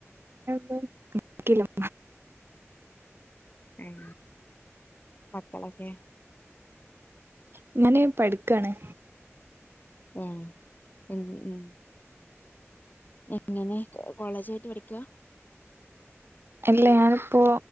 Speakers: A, on the right; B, on the left.
A: ഉം ആ ക്കിലും.
B: ഉം മത്തളങ്ങെ.
A: ഇങ്ങനെ പഠിക്കാണ്.
B: ആഹ ഏ മ്മ് മ്മ് ഉ എങ്ങനെ. കോളേജ് ആയിട്ട് പഠികാ.
A: അല്ല ഞാനിപ്പോ